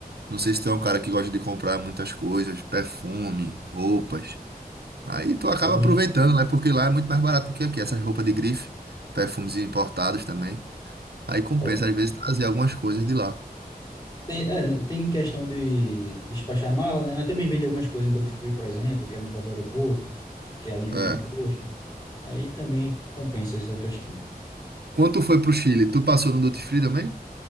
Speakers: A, on the right (about 85°); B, on the left (about 25°).
A: Não sei se tu é um cara que gosta de comprar muitas coisas, perfume, roupas. Aí tu
B: é,
A: acaba
B: hoje-
A: aproveitando, né? Porque lá é muito mais barato do que aqui, essas roupas de grife, perfumes importados também. Aí compensa,
B: é.
A: às vezes, trazer algumas coisas de lá.
B: Tem, é, tem questão de despachar mala, né? Mas também vende algumas coisas no Duty Free, por exemplo, que é no próprio aeroporto, que é livre
A: É.
B: de imposto. Aí também compensa essa questão.
A: Quando tu foi pro Chile, tu passou no Duty Free também?